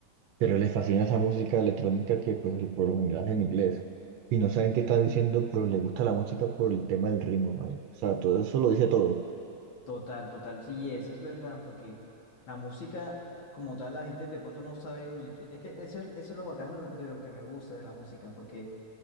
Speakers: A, on the right; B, on the left.
A: pero les fascina esa música electrónica que pues por lo general es en inglés. Y no saben qué están diciendo, pero les gusta la música por el tema del ritmo, man. O sea, todo eso lo dice todo.
B: Total, total. Sí, eso es verdad, porque la música como tal la gente de pronto no sabe ni qué. Es que eso es, eso es lo bacano de la- de lo que me gusta de la música, porque